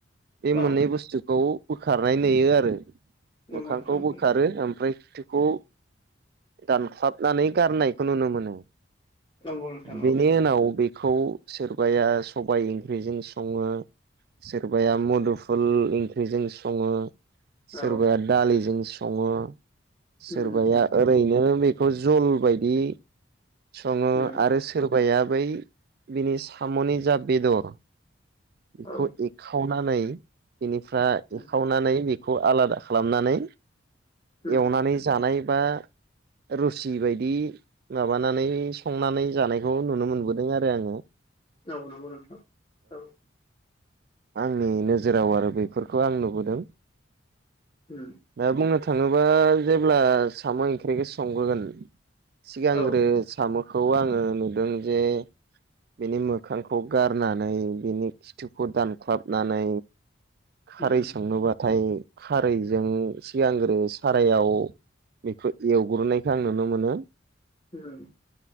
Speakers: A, on the right (about 50°); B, on the left (about 25°).
A: बे मोननै
B: औ
A: बुस्थुखौ बोखारनाय नुयो आरो
B: नंगौ
A: मोखांखौ
B: नोंथां
A: बोखारो ओमफ्राय खिथुखौ दानख्लाबनानै गारनायखौ नुनो मोनो।
B: नंगौ नोंथां
A: बेनि
B: औ
A: उनाव बेखौ सोरबाया सबाय ओंख्रिजों सङो सोरबाया मदुफुल ओंख्रिजों सङो सोरबाया
B: औ
A: दालिजों सङो सोरबाया
B: उम उम
A: ओैनो बेखौ जल बादि संङो
B: उम
A: आरो स सोरबाया बै बिनि साम'नि जा बेदर बेखौ
B: औ
A: एखावनानै बेनिफ्राय
B: उम
A: एखावनानै खौ आलादा खालामनानै
B: औ
A: एवनानै जानाय बा रुसि बायदि माबानानै संनानै जानायखौ नुनो मोनबोदों आरो आङो।
B: औ नंगौ नोंथां औ।
A: आंनि नोजोराव आरो बेफोरखौ आं नुबोदों।
B: उम।
A: ओ बुंनो थाङोबा जेब्ला साम' ओंख्रिखौ संगोगोन सिगांग्रो
B: औ
A: साम' खौ आङो नुदों जे बिनि मोखांखौ गारनानै बिनि खिथुखौ दानख्लाबनानै खारै
B: उम
A: संनोबा थाय खारैजों सिगांग्रो सारायाव बेखौ एवग्रोनायखौ आं नुनो मोनो
B: <inaudible>